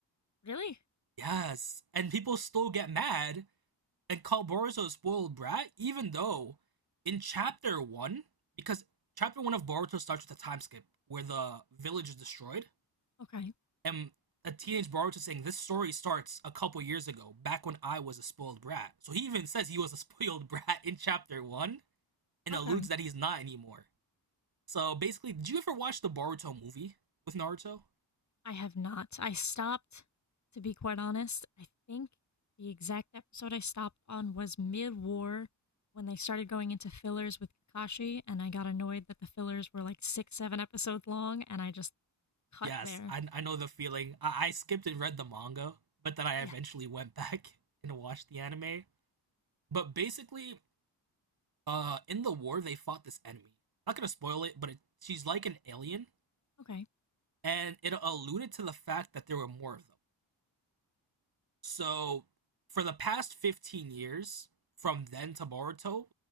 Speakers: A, on the left; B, on the right.
A: Really?
B: Yes, and people still get mad and call Boruto a spoiled brat, even though in chapter one, because chapter one of Boruto starts with a time skip where the village is destroyed,
A: Okay,
B: and a teenage Boruto saying this story starts a couple years ago, back when I was a spoiled brat. So he even says he was a <laughs> spoiled brat in chapter one, and
A: Okay.
B: alludes that he's not anymore. So basically, did you ever watch the Boruto movie with Naruto?
A: I have not. I stopped, to be quite honest. I think the exact episode I stopped on was mid war when they started going into fillers with Kakashi, and I got annoyed that the fillers were like six, seven episodes long, and I just
B: <laughs>
A: cut
B: yes,
A: there.
B: I, I know the feeling. I, I skipped and read the manga, but then I
A: Yeah.
B: eventually went <laughs> back and watched the anime. But basically, uh, in the war, they fought this enemy. Not gonna spoil it, but it, she's like an alien,
A: Okay.
B: and it alluded to the fact that there were more of them. So, for the past 15 years, from then to Boruto,